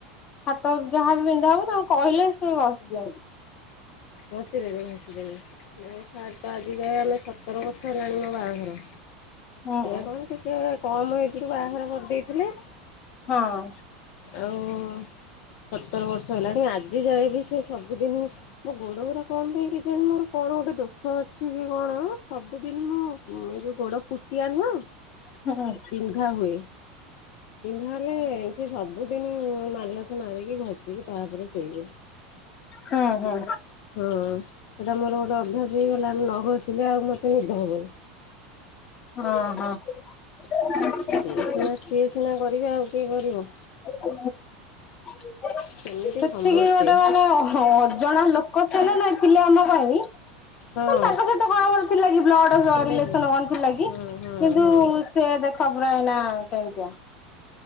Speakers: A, on the left; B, on the left.
A: ହାତ ଯାହାବି ବିନ୍ଧା ହବ ତାଙ୍କୁ କହିଲେ ସେ ଘସି ଦିଅନ୍ତି।
B: ଘସିଦେବେ ଘସି ଦେବେ। ମୋ ସାର୍ ତ ଆଜି ଯାଏଁ ଆମେ ସତର ବର୍ଷ ହେଲାଣି ବାହାଘର।
A: ହଁ
B: ଏୟା
A: ହଁ
B: କଣ ଟିକେ କମ ଏଜ ରୁ ବାହାର କରିଦେଇଥିଲେ।
A: ହଁ।
B: ଆଉ ସତର ବର୍ଷ ହେଲାଣି ଆଜି ଯାଏ ବି ସେ ସବୁଦିନି ଗୋଡ ଉରା କଣ ପାଇଁ କି ଜାଣି ମୋର କଣ ଗୋଟେ ଦୋଷ ଅଛି କି କଣ ସବୁଦିନ ମୁଁ ଏ ଯୋଉ ଗୋଡ ପୁ ଟିଆ ନୁହଁ
A: ହଁ
B: ବିନ୍ଧା ହୁଏ ବିନ୍ଧା ହେଲେ ସେ ସବୁଦିନି ମାଲସ ମାରିକି ଘଷିକି ତାପରେ ଶୋଇବେ।
A: ହୁଁ ହୁଁ।
B: ହଁ ସେଟା ମୋର ଗୋଟେ ଅଭ୍ୟାସ ହେଇଗଲା ନ ଘସିଲେ ଆଉ ମତେ ନିଦ ହବନି।
A: ହଁ ହଁ।
B: ସିଏ ସିନା ସିଏ ସିନା କରିବି ଆଉ କିଏ କରିବ?
A: ହଁ ସେତିକି
B: ସେମିତି ସମସ୍ତେ।
A: ଗୋଟେ ମାନେ ଅଜଣା ଲୋକ ଲୋକ ସିଏ ନା ନାହିଁ ଥିଲା ଆମ ପାଇଁ।
B: ହଁ
A: ମାନେ ତାଙ୍କ ସହିତ କଣ କ ଥିଲା କି ବ୍ଲଡ
B: ଥିଲା
A: ରିଲେସନ
B: କି
A: କଣ ଥିଲା କି
B: ହଁ
A: କିନ୍ତୁ
B: ହଁ ହଁ।
A: ସେ ଦେଖ ପୁରା ଏଇନା କେମତିଆ।